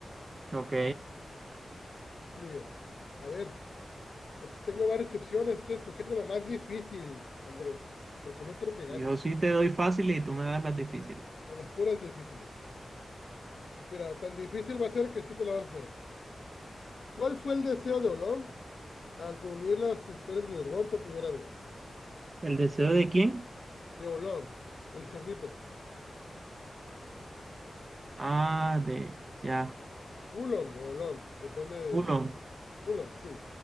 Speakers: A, on the right; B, on the left.
A: Ok.
B: Muy bien. A ver, aquí tengo varias opciones. Estoy escogiendo la más difícil, Andrés, porque no quiero que ganes.
A: Yo sí te doy fáciles y tú me das las difíciles.
B: De las puras difíciles. Mira, tan difícil va a ser que sí te la vas a saber. ¿Cuál fue el deseo de Olón al reunir las esferas del dragón por primera vez?
A: ¿El deseo de quién?
B: De Olón, el cerdito.
A: Ah, de... Ya.
B: Ulong o Olong, depende de...
A: Uno.
B: Ulong, sí.